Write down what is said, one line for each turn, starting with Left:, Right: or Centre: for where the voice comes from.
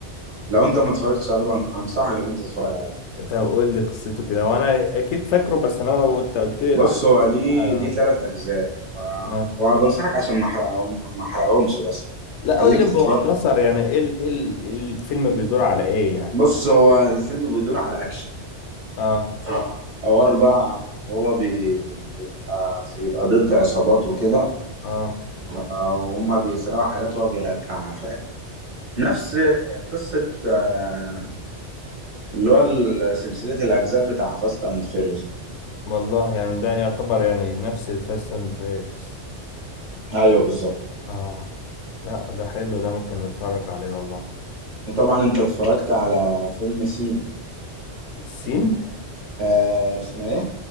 Right: لو انت ما اتفرجتش عليه بن- انصحك ان انت تتفرج عليه
Left: طب قول لي قصته كده وأنا أكيد فاكره بس أنا لو قلت قلت لي الأحداث
Right: بص هو ليه
Left: كده آه.
Right: ليه ثلاث اجزاء ف
Left: آه.
Right: وبنصحك عشان ما احرقهم ما احرقهمش بس
Left: لا
Right: خليك
Left: قول لي بمختصر
Right: تتفرج
Left: يعني إيه ال- إيه ال- إيه الفيلم بيدور على إيه يعني
Right: بص هو الفيلم بيدور على اكشن
Left: اه
Right: فحوار بقى هو بي- بيبقى بيبقى ضد عصابات وكده
Left: اه
Right: آه، وهم بيسرقوا حاجات وهو بيرجعها فاهم نفس قصة آه، اللي هو سلسلة الأجزاء بتاع فاست أند فيريوس
Left: والله يعني ده يعتبر يعني نفس الفاست اند فيرس
Right: ايوه بالظبط
Left: اه لا ده حلو ده ممكن نتفرج عليه والله
Right: وطبعا انت اتفرجت على فيلم سي
Left: سين
Right: آه اسمه ايه